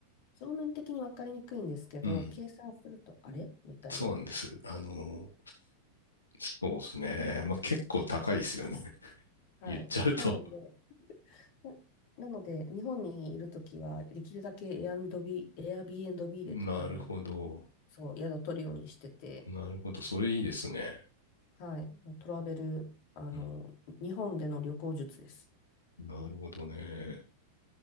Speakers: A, on the left (about 45°); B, on the left (about 75°).
A: 表面的に分かりにくいんですけど、
B: うん。
A: 計算すると、あれみたいな。
B: そうなんです。あの、そうですね。まあ、結構高いですよね。<laughs>
A: はい。
B: 言っちゃうと。
A: なので、ななので、日本にいるときは、できるだけ a アン b ビ b Airbnb で、
B: なるほど。
A: あの、そう、宿を取るようにしてて、
B: なるほど。それいいですね。
A: はい、もうトラベル、あの、
B: うん
A: 日本での旅行術です。
B: なるほどね。